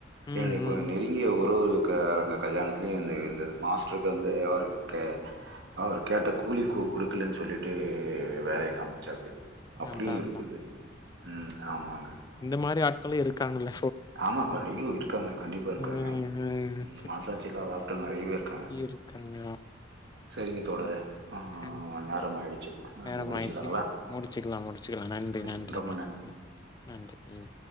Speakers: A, on the left; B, on the right.
A: ம், ம்.
B: என்னுடைய <unintelligible>
A: ம்.
B: நெருங்கிய உறவு காரங்க கல்யாணத்துலயூ வந்து இருந்துது மாஸ்டருக்கு வந்து அவருக்கு அவரு கேட்ட கூலி கு குடுக்கலன்னு சொல்லீட்டு வேலைய காம்ச்சாபடி அப்டியூ
A: அதான்
B: இருக்குது
A: அதான்.
B: ம் ஆமாங்க
A: ந்த மாரி ஆட்களும் இருக்காங்கள
B: ஆமா காலியு இருக்காங்க கண்டிப்பா இருக்காங்க
A: ம், ம்.
B: ம் மனசாட்சி இல்லாத ஆட்கள் நறையவே இருக்காங்க
A: இருக்காங்க.
B: சரிங்க தோழரே ஆ
A: கன்
B: நேரம் ஆயிடுச்சு. நம்ம
A: நேரம்
B: முடிச்சுக்கலாங்களா?
A: ஆயிடுச்சி முடிச்சுக்கலா முடிச்சுக்கலா நன்றி
B: முடிச்சுக்கலாம்.
A: நன்றிங்க
B: ரொம்ப
A: ம் நன்றி ம்